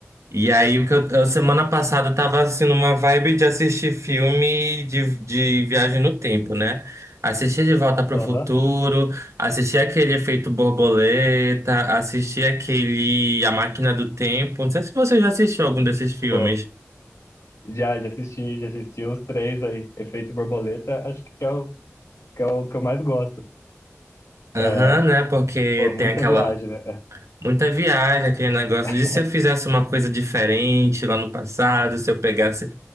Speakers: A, on the right (about 80°); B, on the left (about 80°).
A: E aí, o que eu, a semana passada eu tava, assim, numa vibe de assistir filme de, de viagem no tempo, né? Assisti De Volta pro
B: Aham.
A: Futuro, assisti aquele Efeito Borboleta, assisti aquele A Máquina do Tempo. Não sei se você já assistiu algum desses filmes.
B: Pô, já, já assisti, já assisti os três aí. Efeito Borboleta, acho que é o que, é o que eu mais gosto.
A: Aham,
B: É,
A: né? Porque
B: pô, muita
A: tem aquela
B: viagem, né?
A: muita viagem, aquele negócio
B: <laughs>
A: de se eu fizesse uma coisa diferente lá no passado, se eu pegasse